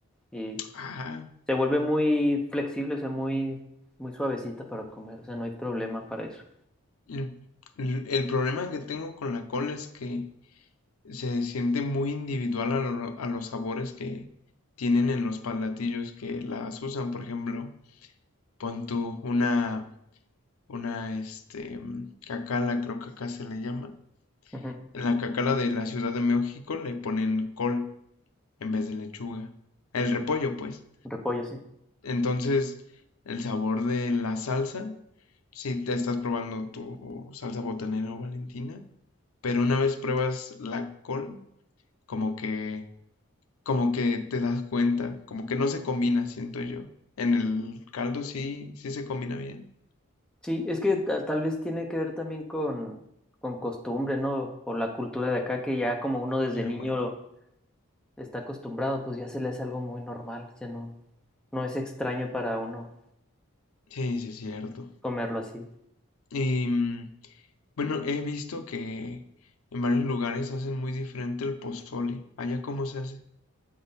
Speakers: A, in the centre; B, on the left.
A: Y
B: Ajá.
A: se vuelve muy flexible, o sea, muy, muy suavecita para comer, o sea, no hay problema para eso.
B: El, el- el problema que tengo con la col es que se siente muy individual a, lo- a los sabores que tienen en los palatillos que las usan. Por ejemplo, pon tú una una este, mm, cacala, creo que acá se le llama.
A: Ujú,
B: En la cacala de la Ciudad de México le ponen col en vez de lechuga. El repollo, pues.
A: Repollo, sí.
B: Entonces, el sabor de la salsa, si te estás probando tu salsa botanera o valentina, pero una vez pruebas la col, como que, como que te das cuenta, como que no se combina, siento yo. En el caldo sí, sí se combina bien.
A: Sí, es que ta- tal vez tiene que ver también con, con costumbre, ¿no? O la cultura de acá, que ya como uno desde
B: Ah,
A: niño
B: bueno.
A: está acostumbrado, pues ya se le hace algo muy normal, ya no, no es extraño para uno
B: Sí, sí es cierto.
A: comerlo así.
B: Y mm, Bueno, he visto que en varios lugares hacen muy diferente el pozole. ¿Allá cómo se hace?